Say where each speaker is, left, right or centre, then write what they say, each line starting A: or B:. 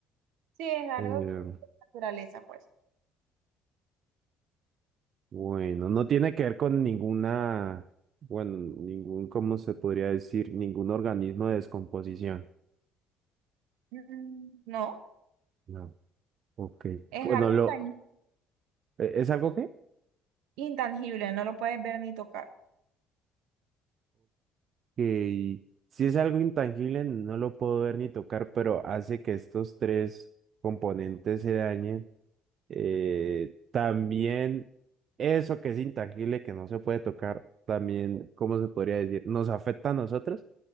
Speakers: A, on the right; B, on the right.
A: Sí, es algo
B: Eh,
A: de naturaleza, pues.
B: bueno, no tiene que ver con ninguna, bueno, ningún, ¿cómo se podría decir? Ningún organismo de descomposición.
A: Mm, No,
B: No. Ok.
A: es
B: Bueno,
A: algo
B: lo,
A: tan
B: ¿e- ¿es algo qué?
A: intangible, no lo puedes ver ni tocar.
B: que si es algo intangible, no lo puedo ver ni tocar, pero hace que estos tres componentes se dañen. Eh, también eso que es intangible, que no se puede tocar, también, ¿cómo se podría decir? Nos afecta a nosotros,